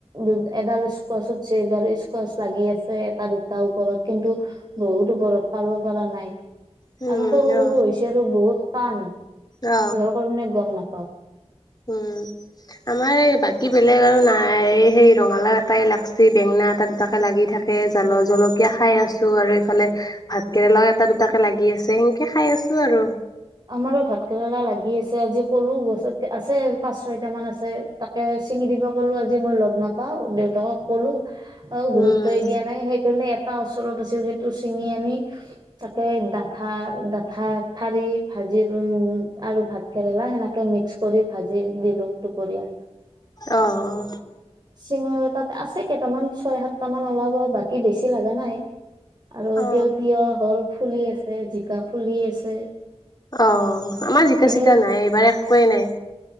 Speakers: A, on the right; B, on the left.
A: দু এডাল স্কোৱাচ উঠিছে, এডাল স্কোৱাচ লাগি আছে এটা, দুটাৰ ওপৰত কিন্তু বহুত ওপৰত পাৰিব পৰা নাই।
B: উম
A: আৰু সৰু-সৰু
B: অ
A: হৈছে আৰু বহুত টান,
B: অ
A: কিহৰ কাৰণে গম নাপাওঁ।
B: উম। আমাৰ এই বাকী বেলেগ আৰু নাই। সেই ৰঙালাও এটাই লাগছি, বেঙেনা এটা, দু টাকে লাগি থাকে, জাল জলকীয়া খাই আছোঁ আৰু ইফালে ভাত কেৰেলাও এটা, দুটাকে লাগি আছে, সেনকে খাই আছোঁ আৰু।
A: আমাৰো ভাত কেৰেলা লাগি আছে। আজি ক'লো গছত আছে পাঁচ, ছয়টা মান আছে। তাকে ছিঙি দিব ক'লো আজি মই লগ নাপাওঁ। দেউতাকক ক'লো <unintelligible> গুৰুত্বই
B: উম
A: দিয়া নাই, সেইকাৰণে এ এটা ওচৰত আছিল সেইটো ছিঙি আনি, তাকে ডাঠা-ডাঠা ঠাৰি ভাজি উম আৰু ভাত কেৰেলা সেনেকে মিক্স কৰি ভাজি দিলোঁ দুপৰীয়া।
B: অঁ-অঁ!
A: চিঙৰ তাত আছে কেইটামান ছয়, সাতটা মান ওলাব বাকী বেছি লগা নাই। আৰু এতিয়া
B: অ
A: তিঁয়হ হ'ল ফুলি আছে, জিকা ফুলি আছে।
B: অঁ! আমাৰ জিকা-চিকা
A: এনেও
B: নাই, এইবাৰ একোৱেই নাই।